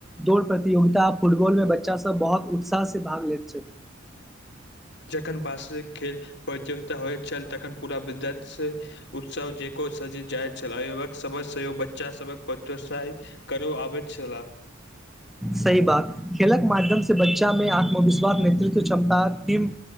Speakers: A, in the centre; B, on the left (about 55°).
A: दौड़ प्रतियोगिता फुटबॉल में बच्चा सब बहुत उत्साह से भाग लैत छल
B: जखन वास्तविक खेल प्रतियोगिता होइत छल तखन पूरा विद्यार्थी स उत्सव जेक <unintelligible> छल सभ सेहो बच्चा सभक प्रोत्साहित करो आबैत छलह
A: सही बात खेलक माध्यम से बच्चा मे आत्मविश्वास नेतृत्व क्षमता टीम